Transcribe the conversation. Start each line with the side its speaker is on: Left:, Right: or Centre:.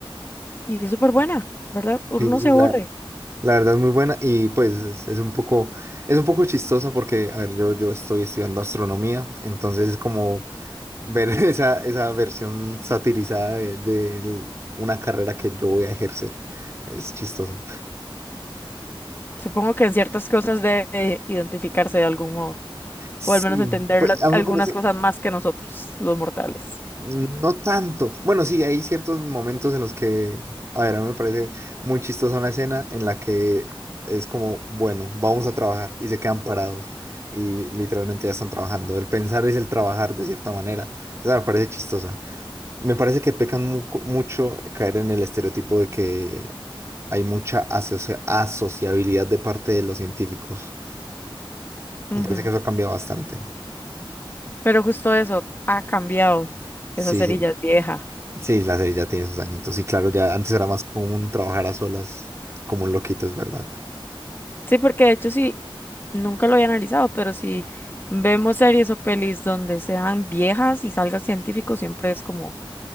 Left: Y es súper buena, ¿verdad? Uno
Right: Sí,
Left: no
Right: sí,
Left: se
Right: la,
Left: aburre.
Right: La verdad es muy buena y pues es, es un poco, es un poco chistosa porque, a ver, yo, yo estoy estudiando astronomía, entonces es como ver <laughs> esa, esa versión satirizada de, de l- una carrera que yo voy a ejercer. Es chistoso.
Left: Supongo que en ciertas cosas debe identificarse de algún modo,
Right: Sí,
Left: o al menos entender
Right: pues
Left: la-
Right: a
Left: algunas
Right: mí me parece
Left: cosas más que nosotros, los mortales.
Right: No tanto. Bueno, sí, hay ciertos momentos en los que, a ver, a mí me parece muy chistosa una escena en la que es como, bueno, vamos a trabajar y se quedan parados y literalmente ya están trabajando. El pensar es el trabajar de cierta manera. Esa me parece chistosa. Me parece que pecan mu- mucho caer en el estereotipo de que hay mucha asocia- asociabilidad de parte de los científicos.
Left: Ujú.
Right: Me parece que eso ha cambiado bastante.
Left: Pero justo eso ha cambiado.
Right: Sí,
Left: Esa cerilla
Right: sí.
Left: es vieja.
Right: Sí, la serie ya tiene sus añitos. Y claro, ya antes era más como un trabajar a solas, como un loquito, es verdad.
Left: Sí, porque de hecho sí, nunca lo había analizado, pero si vemos series o pelis donde sean viejas y salgan científicos, siempre es como